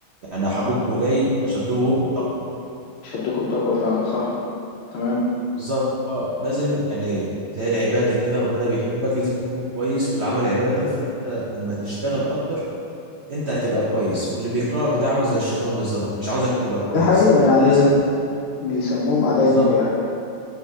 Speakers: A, on the right; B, on the left.
A: يعني احبكم الي اشده تقوى
B: شدكم تقوى فعلا صح تمام
A: بالظبط آه، لازم يعني زي العباده كده ربنا بيحبك لازم تكون كويس والعمل عباده فانت لما تشتغل اكتر انت هتبقى كويس واللي بيكرهك ده عامل زي الشيطان بالظبط مش عاوزك تبقى كويس
B: ده حقيقه
A: فانت
B: يعني
A: لازم
B: بيسموهم اعداء
A: بالظبط
B: النجاح